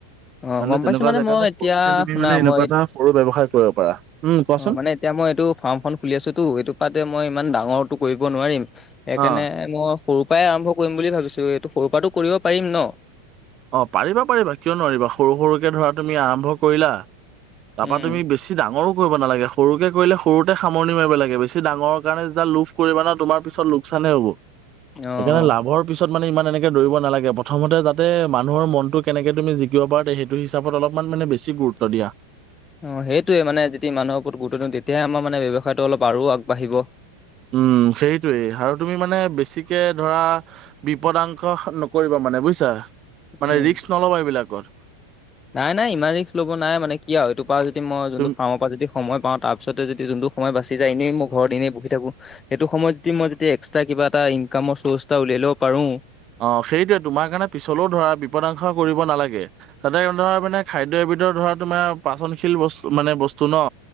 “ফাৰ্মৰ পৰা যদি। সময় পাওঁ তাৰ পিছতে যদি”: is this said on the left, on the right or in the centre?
Left